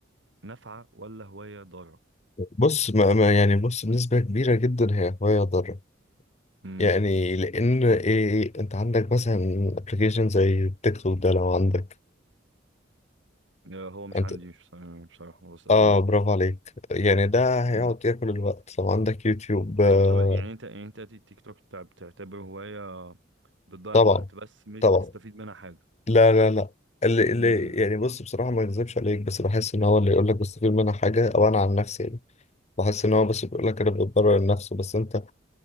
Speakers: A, on the right; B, on the left.
A: نافعة ولا هواية ضارة
B: بص ما ما يعني بص بنسبة كبيرة جدا هي هواية ضارة
A: امم
B: يعني لان ايه إيه، انت عندك مثلا ابلكيشن زي تيك توك ده لو عندك
A: هو مش
B: انت
A: عندي مش بص- يعني بصراحة ما بستخدموش
B: اه برافو عليك يعني ده هيقعد
A: امم
B: ياكل الوقت لو عندك يوتيوب آه
A: طب يعني انت يعني انت تي- تيك توك بتع- بتعتبره هواية بتضيع
B: طبعا
A: وقت بس مش
B: طبعا
A: بتستفيد منها حاجة
B: لا لا لا اللي, اللي
A: امم
B: يعني بص بصراحة ما اكذبش عليك بس بحس ان هو اللي يقول لك بستفيد منها حاجة او انا عن نفسي يعني بحس ان هو بس بيقول لك انا بتبرر لنفسه بس انت